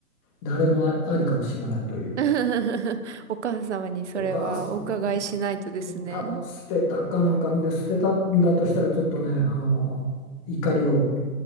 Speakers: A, on the left; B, on the right.
A: 誰もあありかを知らないという。
B: <laughs> お母様にそれはお伺いしないとですね。
A: お母さん、うん、多分捨てたかなんかで捨てたんだとしたら、ちょっとね、あの、怒りを、